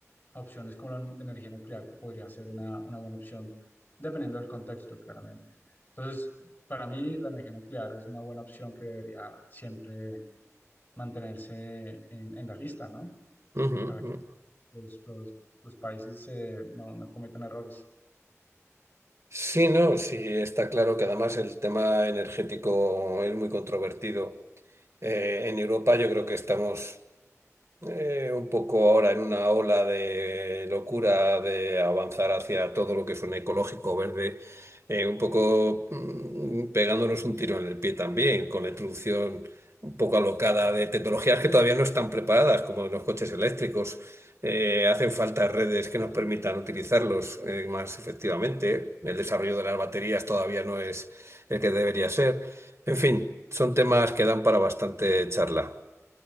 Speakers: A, on the left; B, on the right.
A: opciones como la nu- energía nuclear, que podría ser una, una buena opción, dependiendo del contexto, claramente. Entonces, para mí, la energía nuclear es una buena opción que debería siempre mantenerse en en la lista, ¿no?
B: Ujú,
A: para
B: ujú.
A: que los, los, los países eh, no, no cometan errores.
B: Sí, no, sí, está claro que además el tema energético es muy controvertido. Eh, en Europa yo creo que estamos Eh, un poco ahora en una ola de locura de avanzar hacia todo lo que suene ecológico, verde, eh, un poco mm, pegándonos un tiro en el pie también, con la introducción un poco alocada de tecnologías que todavía no están preparadas, como los coches eléctricos. Eh, hacen falta redes que nos permitan utilizarlos eh, más efectivamente. El desarrollo de las baterías todavía no es el que debería ser. En fin, son temas que dan para bastante charla.